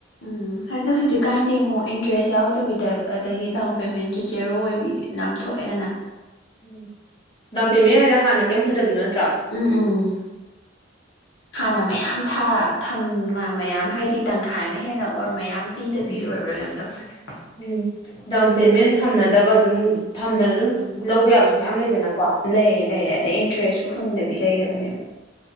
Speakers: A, on the left (about 65°); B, on the left (about 25°).
A: ꯎꯝ ꯍꯧꯖꯤꯛꯀꯥꯟꯗꯤ ꯑꯃꯨꯛ ꯏꯟꯇ꯭ꯔꯦꯁ ꯌꯥꯎꯗꯕꯤꯗ ꯑꯗꯒꯤ ꯗꯥꯎꯟ ꯄꯦꯃꯦꯟꯁꯨ ꯖꯦꯔꯣ ꯑꯣꯏꯕꯤ ꯌꯥꯝ ꯊꯣꯛꯑꯦꯗꯅ
B: ꯎꯝ ꯗꯥꯎꯟ ꯄꯦꯃꯦꯟ ꯍꯥꯏꯁꯦ ꯍꯥꯟꯅ ꯀꯩꯝ ꯍꯨꯗꯕꯤꯗꯣ ꯅꯠꯇ꯭ꯔꯣ
A: ꯎꯝ ꯎꯝ ꯍꯥꯟꯅ ꯃꯌꯥꯝ ꯊꯥ ꯊꯝ ꯃꯌꯥꯝ ꯍꯥꯏꯗꯤ ꯇꯪꯈꯥꯏ ꯑꯃ ꯍꯦꯟꯅ ꯑꯣꯔ ꯃꯌꯥꯝ ꯄꯤꯗꯕꯤ ꯑꯣꯏꯕ꯭ꯔꯥ ꯀꯩꯅꯣꯝ ꯇꯧꯕꯅꯦ
B: ꯎꯝ ꯗꯥꯎꯟ ꯄꯦꯃꯦꯟꯠ ꯊꯝꯅꯗꯕ ꯑꯗꯨꯝ ꯊꯝꯗꯅ ꯑꯗꯨꯝ ꯂꯧꯕ ꯌꯥꯕꯁꯨ ꯃꯌꯥꯝ ꯂꯩꯗꯅꯀꯣ
A: ꯂꯩꯔꯦ ꯂꯩꯔꯦ ꯑꯗꯩ ꯏꯟꯇꯔꯦꯁꯁꯨ ꯍꯨꯟꯗꯕꯤ ꯂꯩꯔꯕꯅꯦꯕ